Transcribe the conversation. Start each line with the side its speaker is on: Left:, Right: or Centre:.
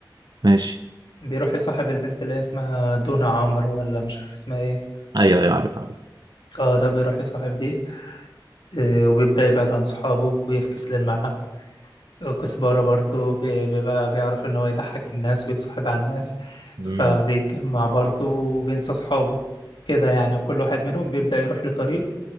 Right: ماشي
Left: بيروح يصاحب البنت اللي هي اسمها دونا عمرو ولا مش عارف اسمها ايه
Right: ايوه ايوه عارف عارف
Left: اه ده بيروح يصاحب دي آه، وبيبدأ يبعد عن صحابه ويفكس للملعب وكزبرة برضو بي- بيبقى بيعرف إن هو يضحك الناس ويتصاحب على الناس
Right: امم
Left: فبيتجمع برضو وبينسى أصحابه كده يعني وكل واحد منهم بيبدأ يروح لطريق